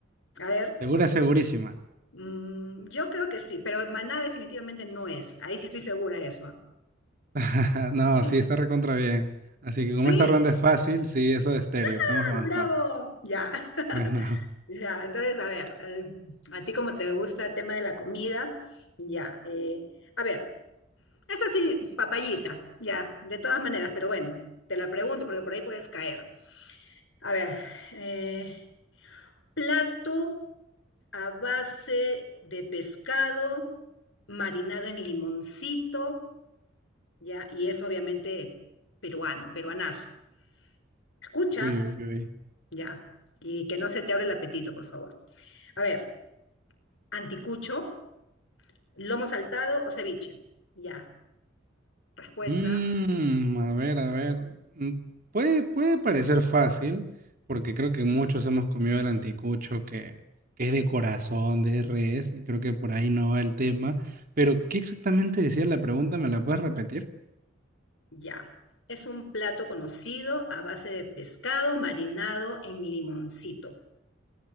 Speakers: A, on the left (about 70°); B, on the right (about 45°).
A: A ver,
B: Segura, segurísima.
A: mm, yo creo que sí, pero Maná definitivamente no es. Ahí sí estoy segura de eso. ¿ah?
B: <laughs> No,
A: <laughs>
B: sí, está recontra bien. Así que como
A: ¿Sí?
B: esta ronda es fácil, sí, eso de Stereo. Estamos
A: ¡Ah,
B: avanzando.
A: ¡Bravo! Ya, <laughs>
B: Bueno,
A: ya. Entonces, a ver, eh, a ti como te gusta el tema de la comida, ya. eh, a ver, es así, papayita, ya, de todas maneras, pero bueno, te la pregunto porque por ahí puedes caer. A ver, eh, plato. a base de pescado marinado en limoncito, ya, y es obviamente peruano, peruanazo. Escucha,
B: <laughs> uy, uy, uy.
A: ya, y que no se te abre el apetito, por favor. A ver, anticucho, lomo saltado o ceviche. Ya, respuesta,
B: Mm, a ver, a ver. Mm, Puede, puede parecer fácil, porque creo que muchos hemos comido el anticucho que, que es de corazón, de res, y creo que por ahí no va el tema. Pero, ¿qué exactamente decía la pregunta? ¿Me la puedes repetir?
A: ya. Es un plato conocido a base de pescado marinado en limoncito.